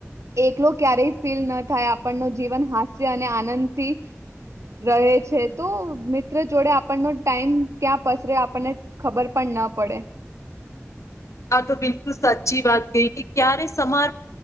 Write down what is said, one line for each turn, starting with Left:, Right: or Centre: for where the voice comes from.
Right: એકલો ક્યારેય ફીલ ન થાય આપણ ન જીવન હાસ્ય અને આનંદથી રહે છે તો મિત્ર જોડે આપણનો ટાઈમ ક્યાં પસરે આપણને ખબર પણ ન પડે.
Left: આ તો બિલકુલ સાચી વાત કહિ કે ક્યારે સમાર